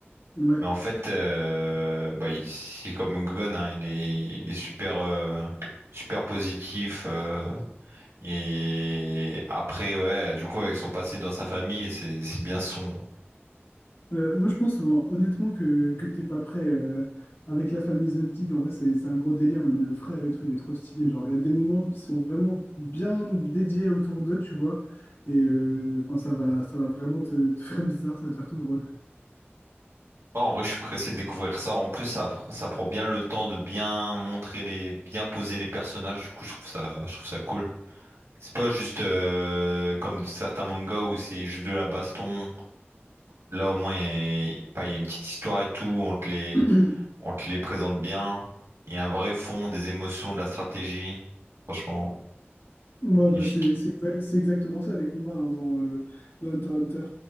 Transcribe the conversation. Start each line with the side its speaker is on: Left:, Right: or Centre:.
Left: Ouais,
Right: Mais en fait, euh, bah, il- c'est comme Gon, hein, il est, il est super, euh, super positif. euh, et après, ouais, du coup, avec son passé dans sa famille, c'est c'est bien sombre.
Left: Euh, moi, je pense hon- honnêtement que, que t'es pas prêt euh, avec la famille Zoltik. En vrai, c'est c'est un gros délire. Même le frère et tout, il est trop stylé. Genre, il y a des moments qui sont vraiment bien dédiés autour d'eux, tu vois. Et euh, enfin, ça va, ça va vraiment te, te faire bizarre, ça va te faire tout drôle.
Right: Non, en vrai, je suis pressé de découvrir ça. En plus, ça, ça prend bien le temps de bien montrer les, bien poser les personnages. Du coup, je trouve ça, je trouve ça cool. C'est pas juste euh, comme certains mangas où c'est juste de la baston. Là, au moins, il y a, pas- il y a une petite histoire et tout. On te les,
Left: <clears throat>
Right: on te les présente bien. Il y a un vrai fond, des émotions, de la stratégie. Franchement,
Left: Ouais,
Right: magnifique.
Left: bah, c'est c'est exa- c'est exactement ça les combats hein, dans, euh, dans Hunter x Hunter.